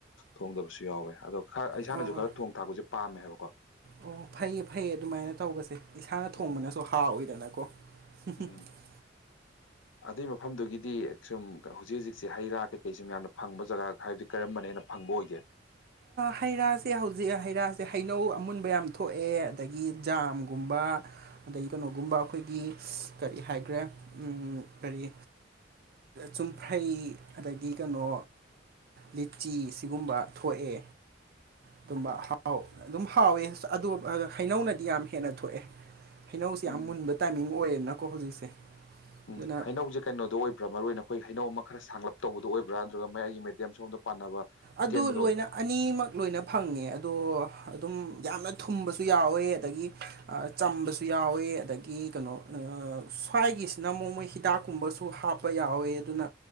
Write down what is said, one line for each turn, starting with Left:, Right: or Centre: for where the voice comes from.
Left: ꯊꯣꯡꯗꯕꯁꯨ ꯌꯥꯎꯋꯦ ꯑꯗꯣ ꯈꯔ ꯏꯁꯥꯅꯁꯨ
Right: ꯑꯣ
Left: ꯈꯔ ꯊꯣꯡ ꯊꯥꯛꯄꯁꯦ ꯄꯥꯝꯃꯦ ꯍꯥꯏꯕꯀꯣ
Right: ꯑꯣ ꯐꯩꯌꯦ ꯐꯩꯌꯦ ꯑꯗꯨꯃꯥꯏꯅ ꯇꯧꯕꯁꯦ ꯏꯁꯥꯅ ꯊꯣꯡꯕꯅꯁꯨ
Left: ꯎꯝ
Right: ꯍꯥꯥꯎꯋꯏꯗꯅꯀꯣ
Left: ꯎꯝ
Right: <unintelligible>
Left: ꯑꯗꯨꯏ ꯃꯐꯝꯗꯨꯒꯤꯗꯤ ꯁꯨꯝ ꯍꯧꯖꯤꯛ ꯍꯧꯖꯤꯛꯁꯦ ꯍꯩ ꯔꯥ ꯀꯩꯀꯩ ꯁꯨꯝ ꯌꯥꯝꯅ ꯐꯪꯕ ꯖꯒꯥ ꯍꯥꯏꯕꯗꯤ ꯀꯔꯝꯕꯅ ꯍꯦꯟꯅ ꯐꯪꯕ ꯑꯣꯏꯒꯦ
Right: ꯍꯩꯔꯥꯁꯦ ꯍꯧꯖꯤꯛ ꯍꯩꯔꯥꯁꯦ ꯍꯩꯅꯧ ꯑꯃꯨꯟꯕ ꯌꯥꯝ ꯊꯣꯛꯑꯦ ꯑꯗꯒꯤ ꯖꯥꯝꯒꯨꯝꯕ ꯑꯗꯒꯤ ꯀꯩꯅꯣꯒꯨꯝꯕ ꯑꯩꯈꯣꯏꯒꯤ ꯀꯔꯤ ꯍꯥꯏꯒꯔꯦ ꯀꯔꯤ ꯆꯨꯝꯐ꯭ꯔꯩ ꯑꯗꯒꯤ ꯀꯩꯅꯣ ꯂꯤꯆꯤ ꯁꯤꯒꯨꯝꯕ ꯊꯣꯛꯑꯦ ꯑꯗꯨꯝꯕ ꯍꯥꯎ ꯑꯗꯨꯝ ꯍꯥꯎꯋꯦ ꯑꯗꯨ ꯍꯩꯅꯧꯅꯗꯤ ꯌꯥꯝ ꯍꯦꯟꯅ ꯊꯣꯛꯑꯦ ꯍꯩꯅꯧꯁꯦ ꯌꯥꯝ
Left: ꯎꯝ
Right: ꯃꯨꯟꯕ ꯇꯥꯏꯃꯤꯡ ꯑꯣꯏꯌꯦꯅꯀꯣ ꯍꯧꯖꯤꯛꯁꯦ
Left: ꯎꯝ
Right: ꯑꯗꯨꯅ
Left: ꯍꯩꯅꯧꯖꯤ ꯀꯩꯅꯣꯗꯣ ꯑꯣꯏꯕ꯭ꯔꯥ ꯃꯔꯨ ꯑꯣꯏꯅ ꯑꯩꯈꯣꯏ ꯍꯩꯅꯧ ꯑꯃ ꯈꯔ ꯁꯥꯡꯂꯞ ꯇꯧꯕꯗ ꯑꯣꯏꯕ꯭ꯔꯥ ꯑꯗꯨꯒ꯭ꯔ ꯃꯌꯥꯏꯒꯤ ꯃꯦꯗꯤꯌꯝ ꯁꯣꯝꯗ ꯄꯥꯟꯅꯕ ꯑꯇꯦꯟꯕꯗ
Right: ꯑꯗꯨ ꯂꯣꯏꯅ
Left: ꯑꯣꯏꯕ꯭ꯔꯥ
Right: ꯑꯅꯤꯃꯛ ꯂꯣꯏꯅ ꯐꯪꯉꯦ ꯑꯗꯣ ꯑꯗꯨꯝ ꯌꯥꯝꯅ ꯊꯨꯝꯕꯁꯨ ꯌꯥꯎꯋꯦ ꯑꯗꯒꯤ ꯆꯝꯕꯁꯨ ꯌꯥꯎꯋꯦ ꯑꯗꯒꯤ ꯀꯩꯅꯣ ꯁ꯭ꯋꯥꯏꯒꯤꯁꯤꯅ ꯑꯃꯨꯛ ꯃꯣꯏ ꯍꯤꯗꯥꯛꯀꯨꯝꯕꯁꯨ ꯍꯥꯞ ꯄꯌꯥꯎꯋꯦ ꯑꯗꯨꯅ